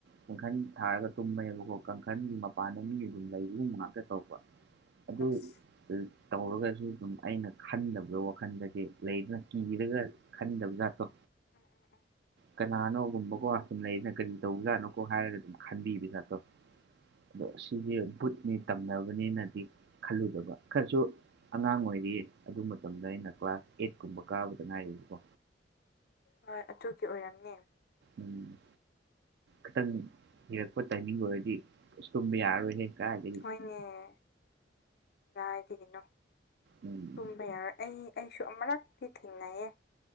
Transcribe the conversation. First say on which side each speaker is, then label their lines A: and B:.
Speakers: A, on the right; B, on the left.
A: ꯀꯥꯡꯈꯟ ꯊꯥꯔꯒ ꯇꯨꯝꯃꯦꯕꯀꯣ ꯀꯥꯡꯈꯟꯒꯤ ꯃꯄꯥꯟꯗ ꯃꯤ ꯑꯗꯨꯝ ꯂꯩꯕꯒꯨꯝꯕ ꯉꯥꯛꯇ ꯇꯧꯕ ꯑꯗꯨ
B: ꯑꯁ
A: ꯇꯧꯔꯒꯁꯨ ꯑꯗꯨꯝ ꯑꯩꯅ ꯈꯟꯗꯕꯗꯣ ꯋꯥꯈꯜꯗꯗꯤ ꯂꯩꯗꯅ ꯀꯤꯔꯒ ꯈꯟꯗꯕ ꯖꯥꯠꯇꯣ
B: ꯎꯝ ꯎꯝ ꯎꯝ
A: ꯀꯅꯥꯅꯣ ꯒꯨꯝꯕꯀꯣ ꯁꯨꯝ ꯂꯩꯔꯤꯅ ꯀꯔꯤ ꯇꯧꯕꯖꯥꯠꯅꯣ ꯀꯣ ꯍꯥꯏꯔꯒ ꯑꯗꯨꯝ ꯈꯟꯕꯤꯕ ꯖꯥꯠꯇꯣ ꯑꯗꯣ ꯁꯤꯗꯤ ꯕꯨꯠꯅꯤ ꯇꯝꯅꯕꯅꯦꯅꯗꯤ ꯈꯜꯂꯨꯗꯕ ꯈꯔꯁꯨ ꯑꯉꯥꯡ ꯑꯣꯏꯔꯤꯌꯦ ꯑꯗꯨ ꯃꯇꯝꯗ ꯑꯩꯅ ꯀ꯭ꯂꯥꯁ ꯑꯦꯠ ꯀꯨꯝꯕ ꯀꯥꯕꯗ ꯉꯥꯏꯔꯤꯕꯀꯣ
B: ꯍꯣꯏ ꯑꯗꯨꯒꯤ ꯑꯣꯏꯔꯝꯅꯤ
A: ꯎꯝ ꯈꯔ ꯀꯤꯔꯛꯄ ꯇꯥꯏꯃꯤꯡ ꯑꯣꯏꯔꯗꯤ ꯏꯁ ꯇꯨꯝꯕ ꯌꯥꯔꯣꯏꯍꯦ ꯀꯥꯏꯗꯩꯩ
B: ꯎꯝ ꯀꯥꯢꯗꯒꯤꯅꯣ
A: ꯎꯝ
B: ꯇꯨꯝꯕ ꯌꯥꯔꯣꯏ ꯑꯩ ꯑꯩꯁꯨ ꯑꯃꯨꯔꯛꯇꯤ ꯊꯦꯡꯅꯩꯌꯦ